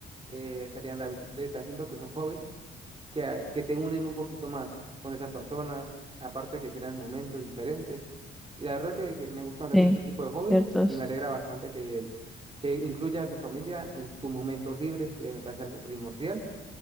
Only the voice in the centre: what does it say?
sí,
cierto. eso.